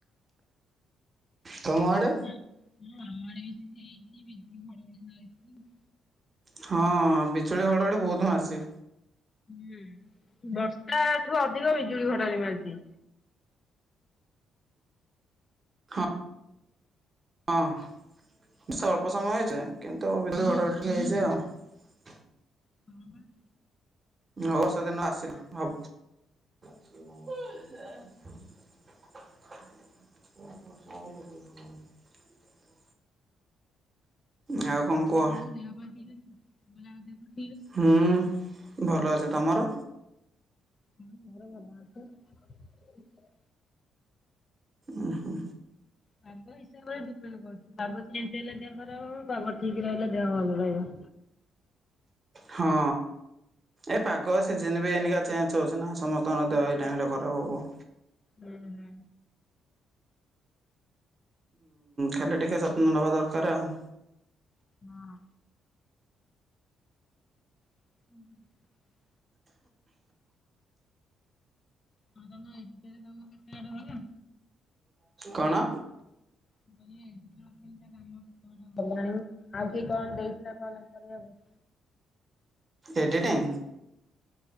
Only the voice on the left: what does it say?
ଆମାଳେ ବିଜ ନେଇକି ବିଜ ଗଡ଼ଡ଼ି ନକ <unintelligible>
ହୁଁ ବର୍ଷା ଠୁ ଅଧିକ ବିଜୁଳି ଘଡଘଡି ମାରଛି।
ହ ବା <inaudible>
<inaudible>
ହଉ ଦେହା ପା ଭ ଆଉ ଦେ <unintelligible>
ହଁ ମର ଭମାଛ <unintelligible>
ପାଗ ହିସାବରେଡି କରୁ ପାଗ କେମତି ହେଲେ ଦେହ ଖରାପ ହବ ପାଗ ଠିକ ରହିଲେ ଦେହ ଭଲ ରହିବ <inaudible>
ହୁଁ ହୁଁ।
ହଁ ହୁଁ <inaudible> ହଁ ତମ ଏଇ କାମ କେତେ ଆଡେ ଗଲା
ନ <unintelligible> ଣ ଗଲାଣି ଆଉଠ କଣ ଦେଇଥିଲା, କଣ କରିବାକୁ